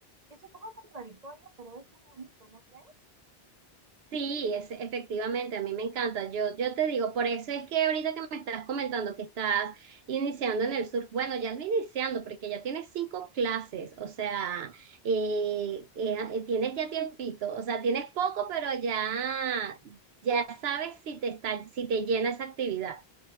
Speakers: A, on the right (about 50°); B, on the right (about 75°).
A: Es un poco contradictorio, pero es muy bonito, ¿no crees?
B: Sí, es, efectivamente, a mí me encanta. Yo, yo te digo, por eso es que ahorita que me estás comentando que estás iniciando en el surf, bueno, ya no iniciando, porque ya tienes cinco clases, o sea, eh, eh, eh, tienes ya tiempito, o sea, tienes poco, pero ya, ya sabes si te está, si te llena esa actividad.